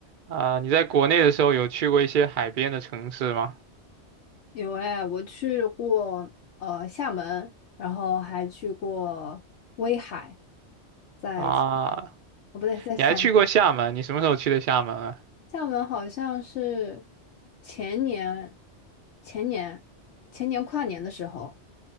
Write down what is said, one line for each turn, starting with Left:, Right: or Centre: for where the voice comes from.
Right: 啊，你在国内的时候有去过一些海边的城市吗？
Left: 有哎，我去过呃厦门，然后还去过威海，在青
Right: 啊，
Left: 哦不对，在厦门
Right: 你还去过厦门，你什么时候去的厦门啊？
Left: 厦门好像是前年、前年、前年跨年的时候